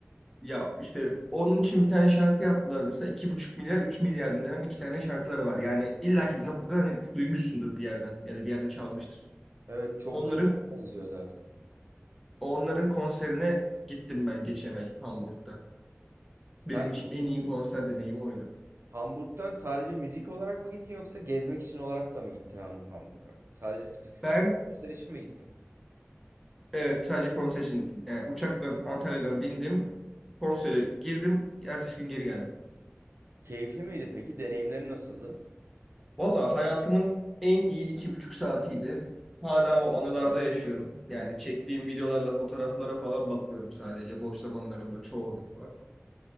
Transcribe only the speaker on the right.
Evet çok
glam'a benziyor zaten.
Sen
Hamburg'da sadece müzik olarak mı gittin yoksa gezmek için olarak da mı gittin Ham- Hamburg'a? Sadece spesifik
konser için mi gittin?
Keyifli miydi peki? Deneyimleri nasıldı?